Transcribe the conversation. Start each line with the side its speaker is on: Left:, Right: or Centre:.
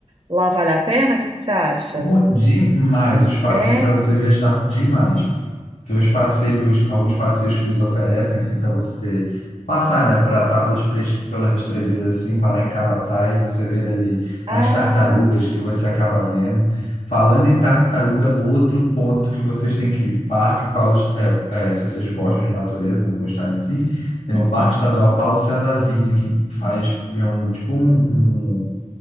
Right: lá vale a pena? O que que você acha?
Left: O- Demais, os passeios
Right: É?
Left: para você ver está demais. Tem os passeios, alguns passeios que eles oferecem, assim, para você passar, né? Passar pelas, três- pelas três ilhas, assim, parar em cada praia e você ver ali
Right: Ah,
Left: as tartarugas que você acaba vendo. Falando em tartaruga, outro ponto que vocês têm que ir, Parque Paulo, Est- é, é, se vocês gostam de natureza, né? Gostarem assim, tem
Right: uhum.
Left: o Parque Estadual Paulo César Vinha, que faz é um, tipo um, um-